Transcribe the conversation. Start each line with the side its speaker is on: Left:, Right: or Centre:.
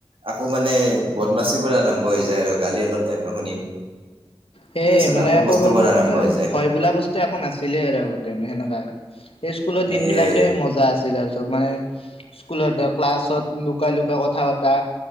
Right: আকৌ মানে বদমাচিৰ পৰা, আৰম্ভ হৈ যায় আৰু গালি অলপ টাইমহে শুনিম।
Left: সেই
Right: তাৰপিছত
Left: মানে
Right: আকৌ
Left: সৰু
Right: বস্তুবোৰ
Left: সময়
Right: আৰম্ভ
Left: মান,
Right: হৈ যায়।
Left: ভয় বোলা বস্তু নাছিলেই আৰু আগতে মানে সেনেকা সেই স্কুলত
Right: সেয়ে
Left: দিন বিলাকে মজা আছিল আৰু চব মানে স্কুলত ধৰ, ক্লাছত লুকাই, লুকাই কথা পতা